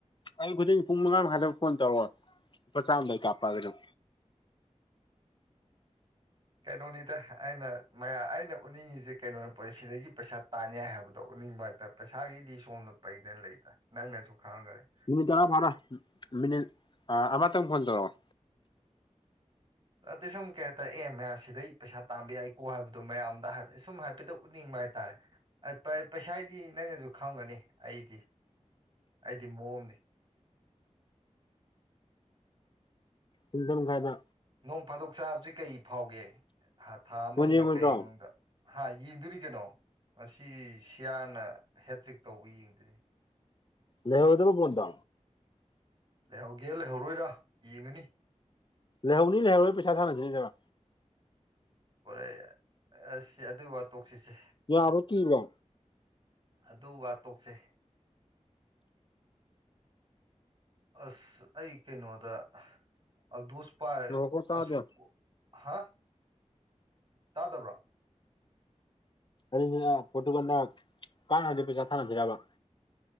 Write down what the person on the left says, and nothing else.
ꯑꯌꯨꯛ ꯈꯨꯗꯤꯡ ꯄꯨꯡ ꯃꯉꯥꯃꯥꯏꯗꯕ ꯐꯣꯟ ꯇꯧꯔꯛꯑꯣ ꯂꯨꯄꯥ ꯆꯥꯝꯃꯗꯣ ꯀꯥꯞꯄꯛꯑꯒꯦ ꯑꯗꯨꯝ
ꯃꯤꯅꯤꯠ ꯇꯔꯥ ꯐꯔꯣꯏ ꯃꯤꯅꯤꯠ ꯑꯃꯇꯪ ꯐꯣꯟ ꯇꯧꯔꯛꯑꯣ
ꯄꯨꯡ ꯇꯔꯨꯛ ꯃꯈꯥꯏꯗ
ꯕꯣꯟ ꯌꯦꯡꯉꯣꯏꯗ꯭ꯔꯣ
ꯂꯩꯍꯧꯔꯥꯗꯕ ꯕꯣꯟꯗꯣ
ꯂꯩꯍꯧꯅꯤ ꯂꯩꯍꯧꯔꯣꯏ ꯄꯩꯁꯥ ꯊꯥꯟꯅꯁꯤꯅꯤ <unintelligible>
ꯌꯥꯕꯔꯣ ꯀꯤꯕꯔꯣ
ꯉꯥꯏꯈꯣꯀꯣ ꯇꯥꯗꯦ
<unintelligible> ꯄ꯭ꯔꯣꯇꯨꯒꯟꯅ ꯀꯔꯛꯑꯗꯤ ꯄꯩꯁꯥ ꯊꯥꯅꯗꯣꯏꯔꯕ